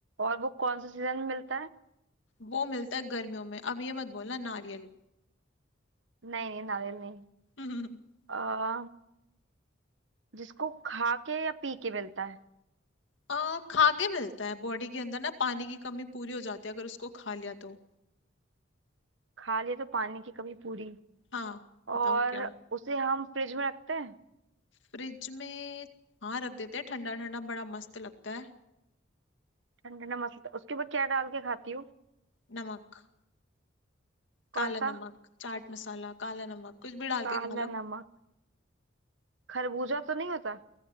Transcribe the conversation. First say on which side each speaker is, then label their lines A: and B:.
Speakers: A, on the right (about 70°); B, on the left (about 70°).
A: और वो कौन से सीजन में मिलता है
B: वो मिलता है गर्मियों में अब ये मत बोलना नारियल
A: नहीं नहीं नारियल नहीं
B: <laughs>
A: आ, जिसको खा के या पी के मिलता है
B: आ, खा के मिलता है बॉडी के अंदर ना पानी की कमी पूरी हो जाती है अगर उसको खा लिया तो
A: खा लिए तो पानी की कमी पूरी
B: हाँ बताओ
A: और
B: क्या
A: उसे हम फ्रिज में रखते हैं
B: फ्रिज में हाँ रख देते हैं ठंडा ठंडा बड़ा मस्त लगता है
A: ठंडा ठंडा मसलता उसके ऊपर क्या डाल के खाती हूँ
B: नमक काला
A: कौन सा
B: नमक चाट मसाला काला नमक कुछ भी डाल
A: काला
B: के खा लो
A: नमक खरबूजा तो नहीं होता